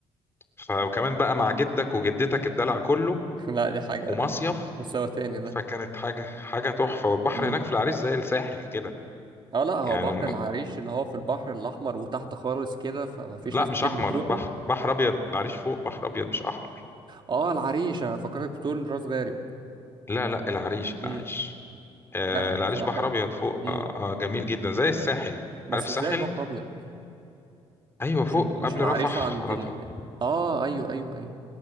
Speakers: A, on the left; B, on the right.
A: فكمان بقى مع جدك وجدتك الدلع كله
B: لا دي حاجة
A: ومصيف
B: مستوى تاني ده
A: فكانت حاجه حاجه تحفه والبحر
B: امم.
A: هناك في العريش زي الساحل كده
B: اه لا هو
A: يعني
B: بحر العريش اللي هو في البحر الاحمر وتحت خالص كده فما فيش
A: لا
B: ناس
A: مش
B: كتير
A: احمر
B: بتروحه
A: بحر بحر ابيض العريش فوق بحر ابيض مش احمر
B: اه العريش انا فكرتك بتقول راس غارب
A: لا لا العريش
B: امم
A: العريش آه
B: لا
A: العريش
B: هي صراحه
A: بحر
B: حلوه
A: ابيض فوق
B: امم
A: آه, آه جميل جدا زي الساحل
B: بس
A: عارف الساحل
B: ازاي بحر ابيض
A: ايوه فوق
B: مش مش
A: قبل
B: العريش
A: رفح
B: عند
A: على
B: ال
A: طول
B: اه ايوه ايوه ايوه